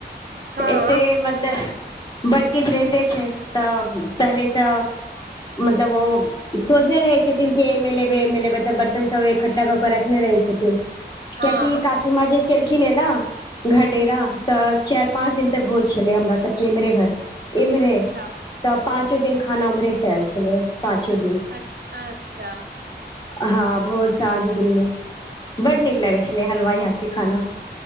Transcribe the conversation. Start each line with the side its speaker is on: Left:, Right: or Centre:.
Right: हँ
Left: एते मतलब बड किछ रहिते छै तऽ पहिलेसँ मतलब ओ सोचने रहै छथिन कि एहिमे लेबै एहिमे लेबै तऽ बर्तन सब इकठ्ठा कऽ कऽ रखने रहै छथिन
Right: हँ
Left: क्यकि काकीमा जेे केलखिन ह न घ डेरा तऽ चाइर पाँच दिन तक भोज छलै हमरा सबके इम्हरे घर इम्हरे
Right: अच्छा
Left: तऽ पाँचो दिन खाना उम्हरे से आयल छले पाँचो दिन
Right: अ अच्छा
Left: हँ भोर साझ दुनु बड निक लागै छलै हलवाई हाथ के खाना